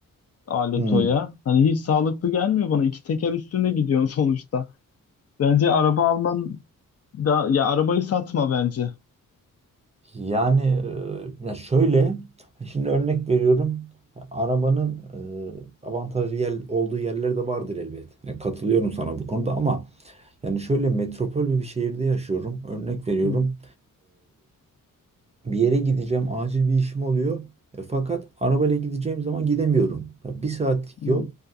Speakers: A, on the left; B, on the right.
A: alet
B: Hmm.
A: o ya hani hiç sağlıklı gelmiyor bana iki teker üstüne gidiyorsun <laughs> sonuçta bence araba alman da ya arabayı satma bence.
B: Yani e, ya şöyle şimdi örnek veriyorum arabanın e, avantajlı yer, olduğu yerler de vardır elbet. Ya katılıyorum sana bu konuda ama yani şöyle metropol bir şehirde yaşıyorum. Örnek veriyorum
A: Hı,
B: bir yere gideceğim, acil bir işim oluyor. E, fakat arabayla gideceğim zaman gidemiyorum. Ya bir saatlik
A: hı,
B: yol